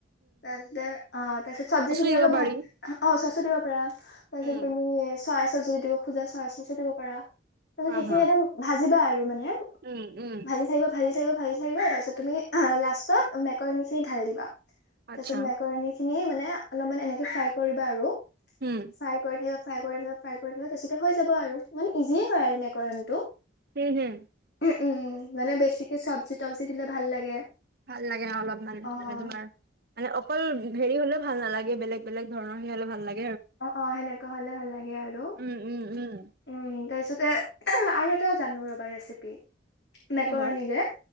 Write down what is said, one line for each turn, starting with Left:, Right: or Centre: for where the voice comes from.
Left: তাৰপিছতে অ' তাৰপিছত চব্জি খিনি
Right: দিব
Left: অলপ
Right: পাৰি।
Left: ভাল অ'চচ্ছ। তাতো দিব পাৰা। তাৰপিছত
Right: উম
Left: তুমি চচ্ছ। যদি দিব খোজা চচ চচো দিব পাৰা। তোৰ সেইখিনি
Right: আহা
Left: একদম ভাজিবা আৰু মানে।
Right: উম উম
Left: ভাজি থাকিব, ভাজি থাকিব। ভাজি থাকিবা, তাৰপিছত তুমি লাষ্টত মেকৰণী খিনি ঢালি দিবা। তাৰপিছত
Right: আচ্ছা
Left: মেকৰণী খিনি মানে অলপমান এনেকে ফ্ৰাই কৰিবা আৰু
Right: উম
Left: ফ্ৰাই কৰি থাকিবা, ফ্ৰাই কৰি থাকিবা, ফ্ৰাই কৰি থাকিবা, তাৰপিছত হৈ যাব আৰু ইমান ইজিয়ে হয় আৰু মেক কৰণটো
Right: হুম হুম
Left: উ উম মানে বেছিকে চব্জি তবজি দিলে ভাল লাগে।
Right: ভাল লাগে অলপমান
Left: অ',
Right: মানে তোমাৰ মানে অকল হেৰি হলেও ভাল নালাগ বেলেগ বেলেগ ধৰ সেয়া হলে ভাল লাগ
Left: অ অ সেনেকুৱা হলে ভাল লাগে আৰু
Right: উম উম উম
Left: উম তাৰছত তে এহে আৰু এটা জানো ৰবা ৰেচিপি। মেকৰণীৰে
Right: কিহৰ